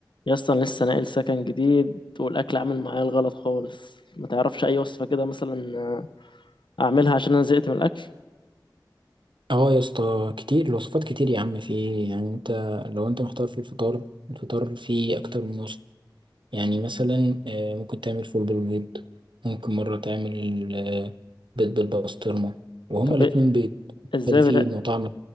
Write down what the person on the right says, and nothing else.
اه يا اسطى كتير الوصفات كتير يا عم في يعني انت لو انت محتار في الفطار الفطار فيه اكتر من وصفة يعني مثلا آه، ممكن تعمل فول بالبيض ممكن مرة تعمل آه، بيض بالبسطرمة وهما
الاتنين
بيض
مختلفين
وطعم